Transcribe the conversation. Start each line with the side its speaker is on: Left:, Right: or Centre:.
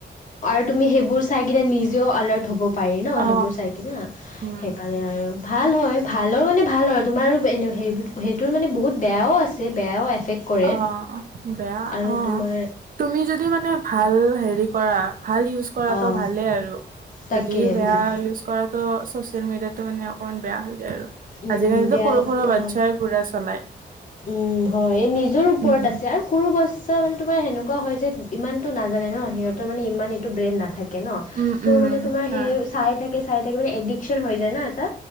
Left: আৰু তুমি সেইবোৰ চাই কিনে নিজেও আলাৰ্ট হ'ব পাৰি ন
Right: অ
Left: সেইবোৰ চাই কিনা
Right: উম
Left: সেইকাৰণে মানে আৰু ভাল হয় ভালৰ মানে ভাল হয় তোমাৰোনে সেইটোৰ মানে বহুত বেয়াও আছে। বেয়াও এফেক্ট কৰে
Right: অ' বেয়া
Left: আৰু
Right: অ'
Left: তোমাৰ
Right: তুমি যদি মানে ভাল হেৰি কৰা ভাল ইউজ কৰাটো
Left: অঁ
Right: ভালেই আৰু
Left: তাকে
Right: যদি বেয়া
Left: উম
Right: ইউজ কৰা ত চচিয়েল মিডিয়াতো মানে অকমান বেয়া হৈ যায় আৰু
Left: উম,
Right: আজিকালিতো
Left: বেয়া
Right: সৰু সৰু বাচ্ছাই
Left: অঁ
Right: পুৰা চলায়।
Left: উম হয় এই নিজৰ ওপৰত
Right: উম
Left: আছে আৰু সৰু বছ ছাৰ মানে তোমাৰ সেনেকুৱা হয় যে ইমানতটো নাজানে ন সিহঁতৰ মানে ইমান এইটো ব্ৰেণ্ড নাথাকে ন।
Right: উম
Left: চ'
Right: উম
Left: মানে তোমাৰ
Right: হয়
Left: সেই চাই থাকে চাই থাকে মানে এডিকচন হৈ যায় ন এটা।